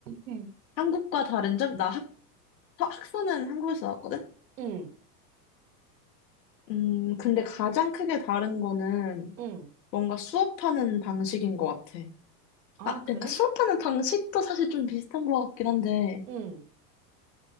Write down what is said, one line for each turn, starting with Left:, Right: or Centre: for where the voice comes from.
Right: 응.
Left: 한국과 다른 점? 나 학- 학사는 한국에서 나왔거든?
Right: 응.
Left: 음, 근데 가장 크게 다른 거는
Right: 응.
Left: 뭔가 수업하는 방식인 것 같아.
Right: 아,
Left: 아,
Right: 그래?
Left: 그러니까 수업하는 방식도 사실 좀 비슷한 것 같긴 한데,
Right: 응.